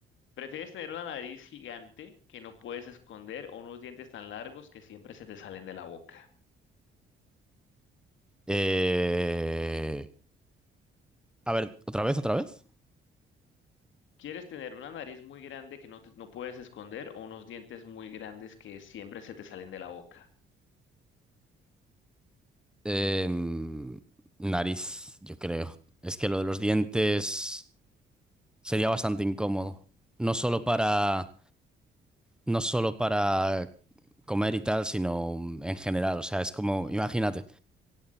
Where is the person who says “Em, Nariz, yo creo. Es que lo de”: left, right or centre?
Centre